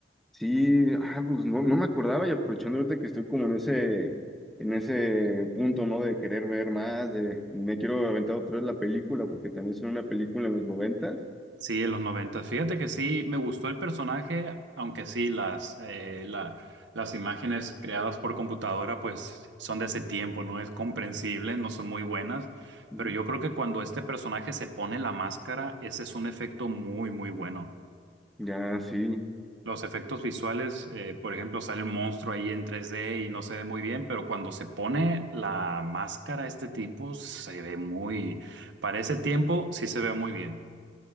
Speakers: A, in the centre; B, on the right.
A: Sí, ah, pues no, no me acordaba y aprovechando ahorita que estoy como en ese, en ese punto, ¿no? De querer ver más, de y me quiero aventar otra vez la película, porque también son una película en los noventas.
B: Sí, en los noventa Fíjate que sí, me gustó el personaje, aunque sí, las, eh, la- las imágenes creadas por computadora, pues son de ese tiempo, ¿no? Es comprensible, no son muy buenas,
A: Ujú.
B: pero yo creo que cuando este personaje se pone la máscara, ese es un efecto muy, muy bueno.
A: Ya, sí.
B: Los efectos visuales, eh, por ejemplo, sale un monstruo ahí en 3D y no se ve muy bien, pero cuando se pone la máscara, este tipo se ve muy, para ese tiempo sí se ve muy bien.